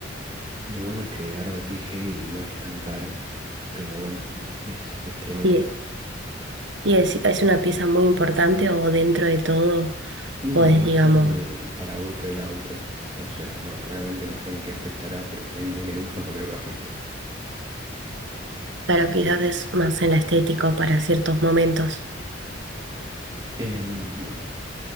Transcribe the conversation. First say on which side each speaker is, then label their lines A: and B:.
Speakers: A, on the right (about 25°); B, on the right (about 70°).
A: Lo bueno es que ahora me fijé y no es tan caro. Pero bueno, es, es tremendo.
B: Y, y es, es una pieza muy importante o dentro de todo,
A: No,
B: pues digamos,
A: es algo del paragolpe del auto. O sea, no, realmente no sé en qué afectará, pero en, en el uso no creo que afecte.
B: claro, quizás es más en la estética o para ciertos momentos.
A: Em,